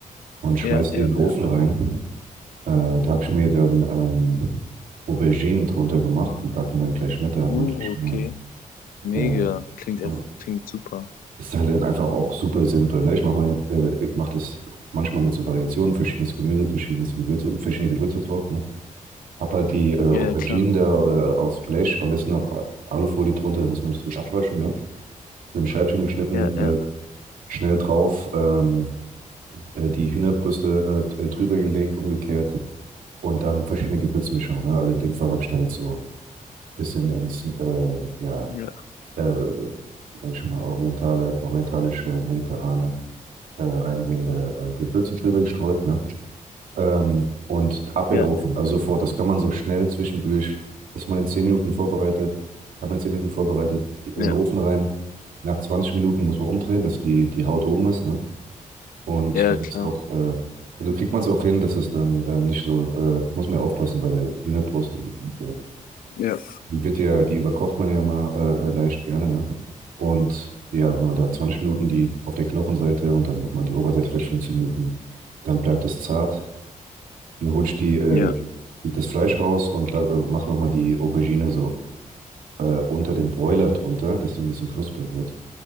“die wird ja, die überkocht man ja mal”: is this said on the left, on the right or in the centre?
Right